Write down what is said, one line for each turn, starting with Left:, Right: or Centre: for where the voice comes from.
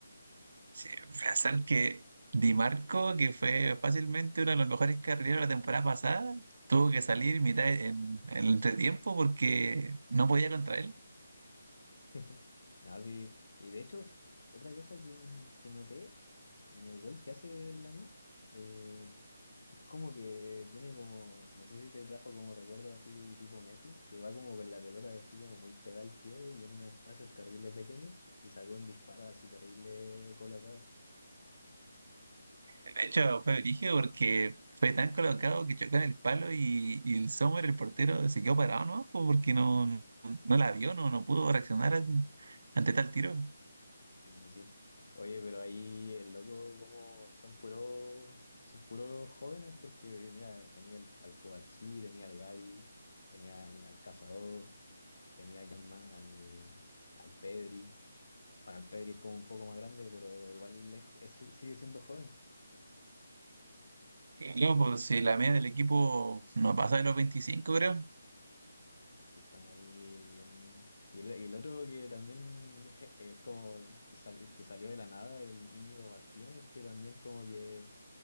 Right: Sí, pensar que Di Marco, que fue fácilmente uno de los mejores carrileros la temporada pasada, tuvo que salir mitad de- en, en el entretiempo porque no podía contra él.
Left: <laughs> No, sí. Y de hecho, otra cosa que, que noté en el gol que hace Lamine, eh, es como que tiene como, no sé si te trajo como recuerdo así tipo Messi, que va como con la pelota así como muy pegada al pie y en unos espacios terrible pequeños y sacó un disparo así terrible colocado.
Right: De hecho, fue brígido porque fue tan colocado que chocó en el palo y, y el Sommer, el portero, se quedó parado, ¿no? Porque no, no la vio, no, no pudo reaccionar an- ante tal tiro.
Left: Sí, sí, sí. Oye, pero ahí el loco como son puros, son puros jóvenes porque mira, tenía el, al Cobarsí, tenía al Gavi, tenía al, al Cazador. Tenía quien más, al, al Pedri. Bueno, el Pedri es como un poco más grande, pero igual es- es- si, sigue siendo joven.
Right: Loco, si la media del equipo no pasa de los veinticinco creo.
Left: Así están ahí bien. Y el, y el otro que también <laughs> es como que, sal- que salió de la nada, el Íñigo Martínez, que también como que